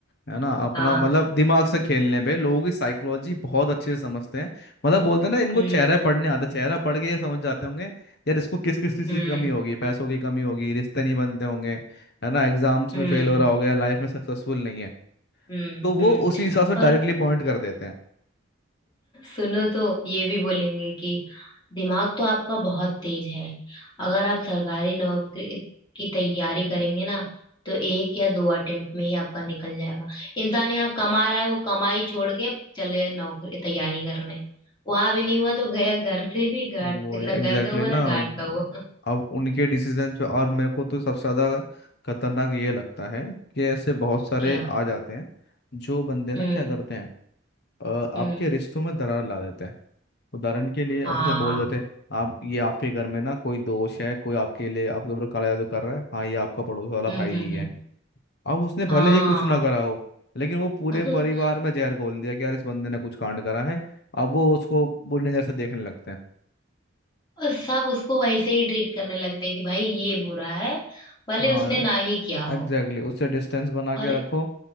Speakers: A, on the left (about 55°); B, on the left (about 25°).
A: है ना अपना
B: हाँ
A: मतलब दिमाग से खेलने पे लोगों की साइकोलॉजी बहुत अच्छे से समझते हैं मतलब बोलते हैं ना इनको
B: हम्म
A: चेहरा पढ़ने आता है, चेहरा पढ़ के ये समझ जाते होंगे यार इसको किस किस चीज
B: हम्म
A: की कमी होगी पैसों की कमी होगी रिश्ते नहीं बनते होंगे है ना एग्जाम्स
B: हम्म
A: में फेल हो रहा होगा लाइफ में सक्सेसफुल नहीं है
B: हम्म
A: तो वो
B: हम्म
A: उसी हिसाब से डायरेक्टली
B: और
A: पॉइंट कर देते हैं
B: सुनो तो ये भी बोलेंगे कि दिमाग तो आपका बहुत तेज है अगर आप सरकारी नौकरी की तैयारी करेंगे ना तो एक या दो अटेम्प्ट में ही आपका निकल जाएगा इंसान यहाँ कमा रहा है वो कमाई छोड़ के चले नौकरी तैयारी करने वहां भी नहीं हुआ तो गया घर से भी घाट
A: वो एग्जैक्टली
B: ना घर का हुआ
A: ना
B: ना घाट
A: वो-
B: का हुआ <laughs>
A: अब उनके डिसीजन पे और मेरे को तो सबसे ज्यादा खतरनाक ये लगता है कि ऐसे बहुत सारे
B: क्या
A: आ जाते हैं जो बंदे ना
B: हम्म
A: क्या करते हैं अ, आपके
B: हम्म
A: रिश्तों में दरार ला देते हैं उदाहरण के लिए
B: हाँ
A: अब ऐसे बोल देते हैं आप ये आपके घर में ना कोई दोष है कोई आपके लिए आपके ऊपर काला जादू कर रहा है हाँ ये आपका पड़ोस वाला
B: हम्म
A: भाई
B: हम्म
A: ही
B: हम्म
A: है अब उसने भले
B: हाँ
A: ही कुछ ना करा हो लेकिन वो पूरे
B: <laughs>
A: परिवार में जहर घोल दिया कि यार इस बंदे ने कुछ कांड करा है अब वो उसको बुरी नजर से देखने लगते हैं
B: और सब उसको वैसे ही ट्रीट करने लगते हैं कि भाई ये बुरा है भले
A: हाँ
B: उसने ना ही किया हो
A: एग्जैक्टली उससे डिस्टेंस बना
B: और
A: के रखो